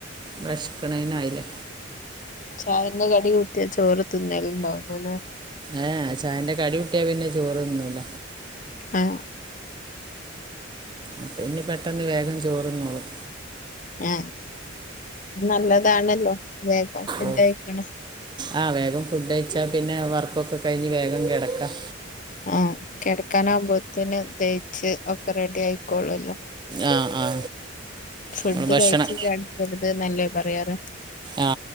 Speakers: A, on the right; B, on the left.
A: വെശ്ക്ക്ണേനായിലേ
B: ചായെന്നെ കടി കൂട്ടിയ ചോറ് തിന്നല് ണ്ടാവൂലല്ലെ
A: ഏ എ ചായന്റെ കടി കൂട്ടിയാ പിന്നെ ചോറ്ന്നൂല്ല
B: ആഹ്
A: അപ്പൊ ഇനി പെട്ടെന്ന് വേഗം ചോറ്ന്നോളും
B: ആ നല്ലതാണല്ലോ വേഗം ഫുഡ്കഴിക്കണ
A: ഓ ആ വേഗംഫുഡ് കയിച്ചാ പിന്നെ വർക്കൊക്കെകഴിഞ്ഞ് വേഗംകിടക്കാം
B: ആ കെടക്കാനാകുമ്പോത്തേന് ദയിച്ച് ഒക്കെ റെഡിയായിക്കോളൂല്ലോ
A: ആ ആ
B: ഫുഡ്
A: നമ്മൾ ഭക്ഷണം
B: കഴിച്ചില്ലാടക്കരുത് ന്നല്ലേപറയാറ്
A: ആ